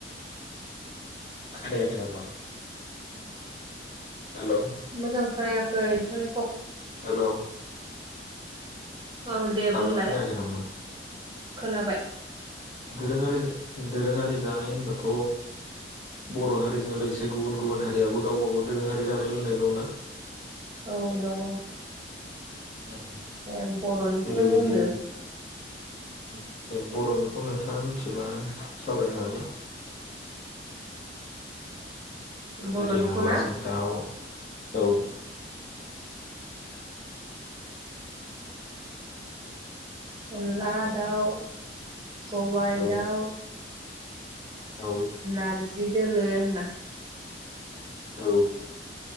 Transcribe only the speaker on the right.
मोजां खोनाया गै नोंथांनिखौ
औ दे
बुंलाय
खोनाबाय।
औ दङ
ए बर'निखौनो
बुंदो
बर'निखौ
ना
अनला दाउ सबाय
दाउ
नारजि <unintelligible>